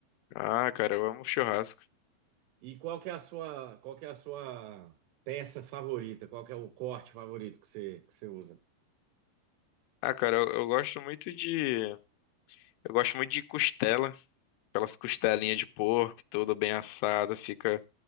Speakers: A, on the left (about 85°); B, on the right (about 80°).
A: Ah, cara, eu amo churrasco.
B: E qual que é a sua, qual que é a sua peça favorita? Qual que é o corte favorito que você, que você usa?
A: Ah, cara, eu, eu gosto muito de. Eu gosto muito de costela. Aquelas costelinhas de porco, tudo bem assado, fica,